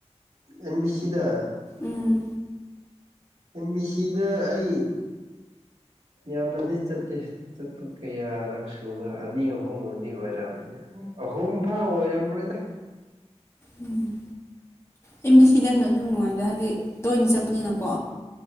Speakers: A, on the right (about 70°); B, on the left (about 25°).
A: ꯑꯦꯝ ꯕꯤ ꯁꯤꯗ
B: ꯎꯝ
A: ꯑꯦꯝ ꯕꯤ ꯁꯤꯗ ꯑꯩ ꯌꯥꯝꯅꯗꯤ ꯆꯠꯇꯦ ꯆꯠꯄ ꯀꯌꯥꯔꯛ ꯁꯨꯕ꯭ꯔꯥ ꯑꯅꯤ ꯑꯍꯨꯝꯕꯨꯗꯤ ꯑꯣꯏꯔꯝꯅꯦ ꯑꯍꯨꯝ ꯐꯥ ꯑꯣꯏꯔꯝꯔꯣꯏꯗ
B: ꯎꯝ ꯑꯦ ꯃꯤꯂꯤ ꯁꯤꯗꯅ ꯑꯗꯨꯝ ꯅꯨꯡꯉꯥꯏꯗꯥ ꯍꯥꯏꯗꯤ ꯇꯣꯏꯅ ꯆꯠꯄꯅꯤꯅꯀꯣ